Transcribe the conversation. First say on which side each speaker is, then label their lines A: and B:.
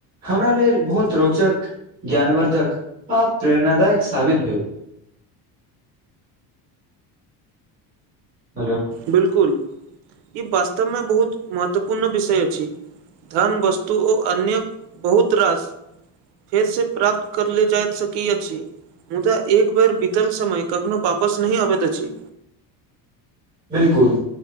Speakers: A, on the right; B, on the right.
A: हमरा लेल बहुत रोचक ज्ञानवर्द्धक आ प्रेरणादायक साबित भेल हेलो
B: बिलकुल ई वास्तव में बहुत महत्वपूर्ण विषय अछि धन वस्तु ओ अन्य बहुत रास फेर से प्राप्त करले जाइत सकैत अछि मुद्दा एक बेर बीतल समय कखनो वापस नहि अबैत अछि
A: बिलकुल